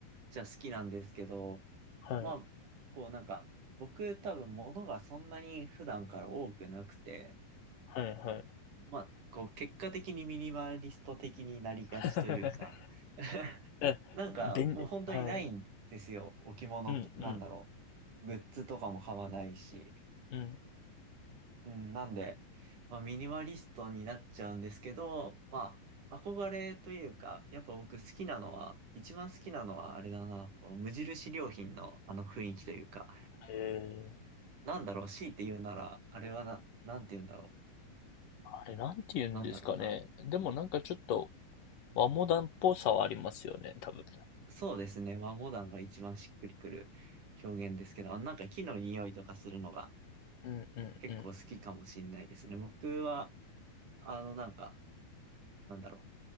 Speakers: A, on the right; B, on the left.
A: ちゃ好きなんですけど、
B: はい、
A: まあ、こうなんか、僕多分物がそんなに普段から多くなくて、
B: はい、はい。
A: まあ、こう結果的にミニマリスト的になりがちというか、
B: <laughs>
A: <laughs>
B: え、
A: なんかもう本当にないんですよ。
B: 便利、はい。
A: 置物と、
B: うん、
A: なんだろ
B: うん、
A: う。グッズとかも買わないし。
B: うん。
A: うん、なんで、まあ、ミニマリストになっちゃうんですけど、まあ、憧れというか、やっぱ僕好きなのは、一番好きなのはあれだな、この無印良品のあの雰囲気というか、
B: へえー、
A: なんだろう、強いて言うなら、あれはな、なんて言うんだろ
B: あれなんて言うんですかね。
A: う、なんだろうな。
B: でもなんかちょっと和モダンっぽさはありますよね、多分。
A: そうですね、和モダンが一番しっくりくる表現ですけど、あのなんか木の匂いとかするのが
B: うん、うん、
A: 結構好きかもしれないですね。
B: うん。
A: 僕は、あのなんか、なんだろう、